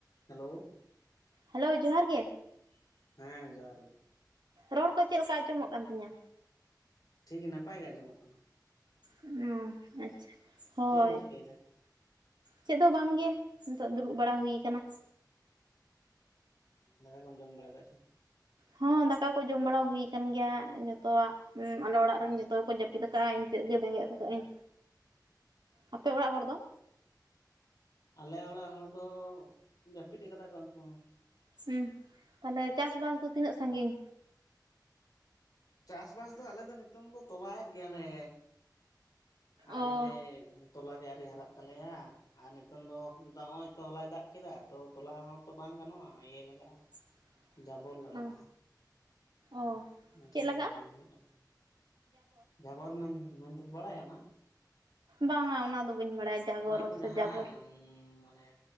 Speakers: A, on the left (about 60°); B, on the right (about 80°).
A: Hello
B: hello ᱡᱚᱦᱟᱨ ᱜᱮ
A: ᱦᱮᱸ ᱡᱚᱦᱟᱨ ᱜᱮ
B: ᱨᱚᱲ ᱠᱚ ᱪᱮᱫ ᱞᱮᱠᱟ ᱟᱸᱡᱚᱢᱚᱜ ᱠᱟᱱ ᱛᱤᱧᱟᱹ
A: ᱴᱷᱤᱠ ᱜᱮ ᱱᱟᱯᱟᱭ ᱜᱮ ᱟᱸᱡᱚᱢᱚᱜ ᱠᱟᱱᱟ
B: ᱚᱸ ᱟᱪᱪᱷᱟ ᱦᱳᱭ
A: ᱪᱮᱫ ᱮᱢ ᱪᱤᱠᱟᱹᱭᱮᱫᱟ
B: ᱪᱮᱫ ᱦᱚᱸ ᱵᱟᱝᱜᱮ ᱱᱤᱛᱚᱜ ᱫᱩᱲᱩᱵ ᱵᱟᱲᱟ ᱦᱩᱭ ᱠᱟᱱᱟ
A: ᱫᱟᱠᱟ ᱠᱚᱢ ᱡᱚᱢ ᱵᱟᱲᱟ ᱠᱮᱫᱟᱜ ᱥᱮ
B: ᱦᱚᱸ ᱫᱟᱠᱟ ᱠᱚ ᱡᱚᱢ ᱵᱟᱲᱟ ᱦᱩᱭ ᱟᱠᱟᱱ ᱜᱮᱭᱟ ᱡᱚᱛᱚᱣᱟᱜ ᱟᱞᱮ ᱚᱲᱟᱜ ᱨᱮᱱ ᱡᱚᱛᱚ ᱦᱚᱲᱠᱚ ᱡᱟᱹᱯᱤᱫ ᱠᱟᱜᱼᱟ ᱛᱮᱫ ᱜᱮ ᱵᱮᱸᱜᱮᱫ ᱟᱠᱟᱜ ᱟᱹᱧ ᱟᱯᱮ ᱚᱲᱟᱜ ᱦᱚᱲ ᱫᱚ
A: ᱟᱞᱮ ᱚᱲᱟᱜ ᱦᱚᱲ ᱫᱚ ᱡᱟᱹᱯᱤᱫ ᱟᱠᱟᱫᱟ ᱠᱚ ᱩᱱᱠᱩ ᱦᱚᱸ
B: ᱦᱮᱸ ᱛᱟᱦᱞᱮ ᱪᱟᱥᱵᱟᱥ ᱫᱚ ᱛᱤᱱᱟᱹᱜ ᱥᱟᱺᱜᱤᱧ
A: ᱪᱟᱥᱵᱟᱥ ᱫᱚ ᱟᱞᱮ ᱫᱚ ᱱᱤᱛᱚᱝ ᱫᱚ ᱛᱚᱞᱟᱭᱮᱫ ᱜᱮᱭᱟᱞᱮ ᱟᱨ
B: ᱚ
A: ᱨᱤᱞᱮ ᱛᱚᱞᱟ ᱜᱮ ᱟᱣᱨᱤ ᱦᱟᱨᱟᱜ ᱛᱟᱞᱮᱭᱟ ᱟᱨ ᱱᱤᱛᱚᱝ ᱫᱚ ᱫᱟᱜ ᱱᱚᱜ-ᱚᱭ ᱛᱚ ᱦᱚᱞᱟᱭ ᱫᱟᱜ ᱠᱮᱫᱟ ᱛᱚ ᱛᱚᱞᱟ ᱦᱚᱸᱛᱚ ᱵᱟᱝ ᱜᱟᱱᱚᱜᱼᱟ ᱤᱭᱟᱹ ᱞᱟᱜᱟᱜᱼᱟ
B: <inaudible>
A: ᱡᱟᱵᱚᱨ ᱞᱟᱜᱟᱜᱼᱟ
B: ᱚ ᱚ
A: ᱮᱠᱷᱟᱱ
B: ᱪᱮᱫ ᱞᱟᱜᱟᱜᱼᱟ
A: ᱫᱚ ᱵᱟᱝ ᱦᱩᱭᱩᱜᱼᱟ ᱡᱟᱵᱚᱨ ᱢᱮᱱ ᱢᱮᱱᱫᱚ ᱵᱟᱲᱟᱭ ᱟᱱᱟ
B: ᱵᱟᱝᱟ ᱚᱱᱟ ᱫᱚ ᱵᱟᱹᱧ ᱵᱟᱲᱟᱭᱟ ᱡᱟᱜᱚᱨ
A: ᱚᱱᱟ ᱫᱚ
B: ᱥᱮ
A: ᱡᱟᱦᱟᱸ
B: ᱡᱟᱵᱚᱨ
A: ᱢᱟᱱᱮ